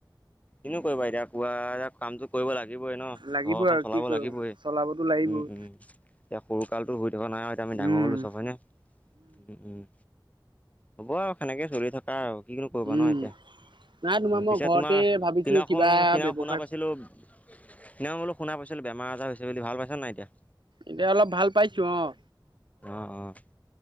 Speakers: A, on the left; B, on the right.
A: কিনো কৰিবা এতিয়া কোৱা, এ কামটো কৰিব লাগিবই ন',
B: লাগিব
A: ঘৰখন
B: আৰু
A: চলাব
B: কি কৰিম
A: লাগিবই উম,
B: চলাবতো লাগিবই
A: উম, এতিয়া সৰুকালটো হৈ থকা নাই আৰু এতিয়া আমি ডাঙৰ
B: উম
A: হ'লোঁ চব হয়নে। উম, উম। হ'ব আৰু সেনেকে চলি থকা আৰু, কি কিনো কৰিবা
B: উম
A: ন', এতিয়া উ,
B: নাই তোমাৰ মই
A: পিছে
B: ঘৰতে
A: তোমাৰ সিদিনাখন-সিদিনাখন
B: ভাবিছো কিবা ব্যৱসায়
A: শুনা পাইছিলো সদিনাখন বোলো শুনা পাইছিলো বেমাৰ আজাৰ হৈছিল বুলি ভাল পাইছা নাই এতিয়া?
B: এতিয়া অলপ ভাল পাইছো অ'।
A: অ', অ',